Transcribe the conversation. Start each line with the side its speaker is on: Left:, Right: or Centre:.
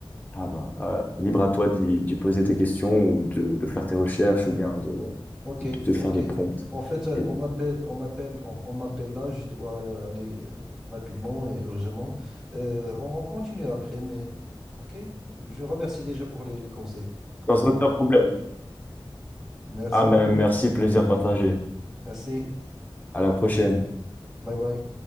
Left: ah ben, euh, libre à toi d'y d'y poser tes questions ou de, de faire tes recherches ou bien de, de,
Centre: Ok,
Left: de faire
Centre: ok.
Left: des prompts.
Centre: En fait, euh,
Left: Et
Centre: on m'appelle, on m'appelle, on, on m'appelle là. Je dois euh, aller euh, rapidement et urgemment. Euh, on, on continue après, mais ok. Je remercie déjà pour les, les conseils. que
Left: sans
Centre: tu m'as
Left: aucun
Centre: donnés.
Left: problème.
Centre: Merci
Left: Ah
Centre: beaucoup.
Left: ben, merci, plaisir partagé.
Centre: Merci.
Left: À la prochaine.
Centre: Bye bye.